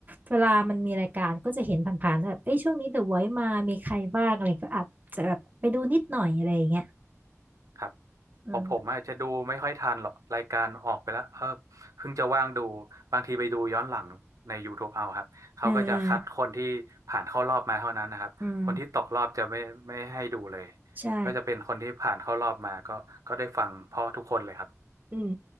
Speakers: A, on the right; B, on the right.
A: เวลามันมีรายการก็จะเห็นผ่านๆแบบเอ้ยช่วงนี้เดอะไวท์มามีใครบ้างอะไรก็อาจจะแบบไปดูนิดหน่อยอะไรอย่างเงี้ย
B: ครับ
A: อืม
B: ของผมอาจจะดูไม่ค่อยทันหรอกรายการออกไปแล้วเออเพิ่งจะว่างดูบางทีไปดูย้อนหลังใน YouTube เอาครับเขาก็จะคัดคนที่ผ่านเข้ารอบมาเท่านั้นนะครับคนที่ตกรอบจะไม่ไม่ให้ดูเลย
A: เออเอออืมใช่
B: ก็จะเป็นคนที่ผ่านเข้ารอบมาก็ก็ได้ฟังเพราะทุกคนเลยครับ
A: อืม